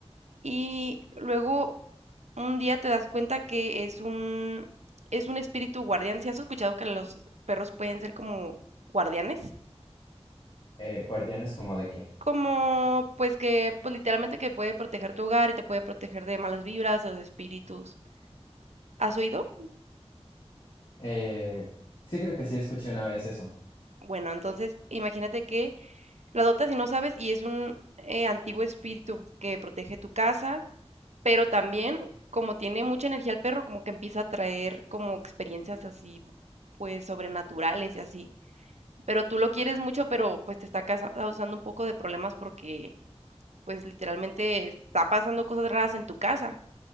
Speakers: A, on the right (about 85°); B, on the left (about 50°).
A: y luego un día te das cuenta que es un, es un espíritu guardián. ¿Si has escuchado que los perros pueden ser como guardianes?
B: eh, ¿Guardianes como de qué?
A: Como, pues que, pues literalmente que puede proteger tu hogar y te puede proteger de malas vibras o de espíritus. ¿Has oído?
B: Eh, sí creo que sí escuché una vez eso.
A: Bueno, entonces imagínate que Lo adoptas y no sabes, y es un eh, antiguo espíritu que protege tu casa, pero también, como tiene mucha energía el perro, como que empieza a traer como experiencias así, pues sobrenaturales y así. Pero tú lo quieres mucho, pero pues te está casa- causando un poco de problemas porque pues literalmente está pasando cosas raras en tu casa,